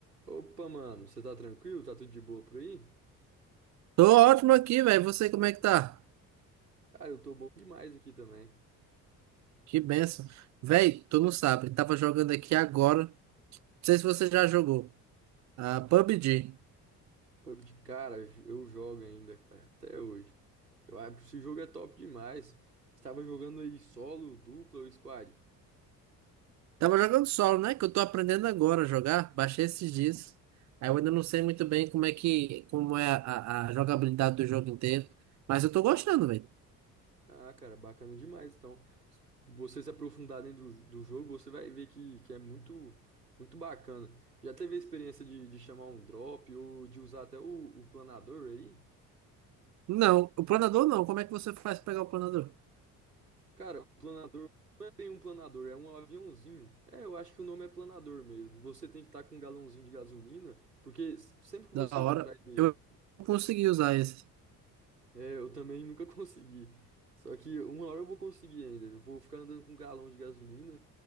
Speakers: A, on the right (about 85°); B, on the right (about 40°).
A: Opa, mano, você tá tranquilo? Tá tudo de boa por aí?
B: Tô ótimo aqui, velho. Você como é que tá?
A: Cara, eu tô bom demais aqui também.
B: Que benção. Velho, tu não sabe. Tava jogando aqui agora. Não sei se você já jogou. A PUBG.
A: PUBG, cara, eu jogo ainda, cara, até hoje. Eu acho que esse jogo é top demais. Estava jogando aí solo, dupla ou squad?
B: Tava jogando solo, né? Que eu tô aprendendo agora a jogar. Baixei esses dias. Aí eu ainda não sei muito bem como é que, como é a, a- a jogabilidade do jogo inteiro. Mas eu tô gostando, velho.
A: Ah, cara, bacana demais. Então, se você se aprofundar dentro do do jogo, você vai ver que, que é muito, muito bacana. Já teve a experiência de, de chamar um drop ou de usar até o, o planador aí?
B: Não, o planador não. Como é que você faz pra pegar o planador?
A: Cara, o planador não é bem um planador, é um aviãozinho. É, eu acho que o nome é planador mesmo. Você tem que estar com um galãozinho de gasolina, porque s- sempre que você
B: Da
A: encontrar
B: hora.
A: ele,
B: Eu consegui usar esse.
A: é, eu também nunca <laughs> consegui. Só que uma hora eu vou conseguir ainda. Eu vou ficar andando com um galão de gasolina,